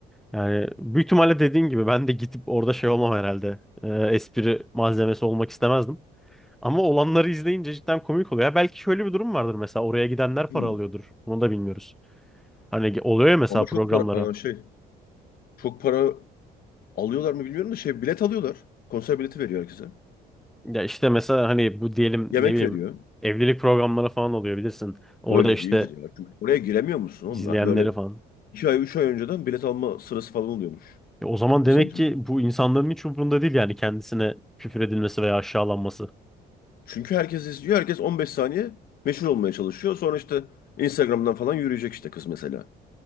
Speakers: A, in the centre; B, on the left.
A: Yani büyük ihtimalle dediğin gibi ben de gidip orada şey olmam herhalde. e, espri malzemesi olmak istemezdim. Ama olanları izleyince cidden komik oluyor. Ya belki şöyle bir durum vardır mesela oraya gidenler
B: Hmm.
A: para alıyordur. Onu da bilmiyoruz. Hani oluyor ya mesela
B: Ama
A: programlara.
B: çok para, aa, şey çok para Alıyorlar mı bilmiyorum da şey bilet alıyorlar. Konser bileti veriyor herkese.
A: Ya işte mesela hani bu diyelim
B: Yemek
A: ne bileyim
B: veriyor.
A: evlilik programları falan oluyor bilirsin. Orada
B: Öyle
A: işte
B: değildir ya. Çünkü oraya giremiyor musun
A: izleyenleri
B: oğlum? Ha, Böyle
A: falan.
B: iki ay, üç ay önceden bilet alma sırası falan oluyormuş.
A: Ya o zaman
B: Hasancı'da.
A: demek ki bu insanların hiç umurunda değil yani kendisine küfür edilmesi veya aşağılanması.
B: Çünkü herkes izliyor. Herkes 15 saniye meşhur olmaya çalışıyor. Sonra işte Instagram'dan falan yürüyecek işte kız mesela.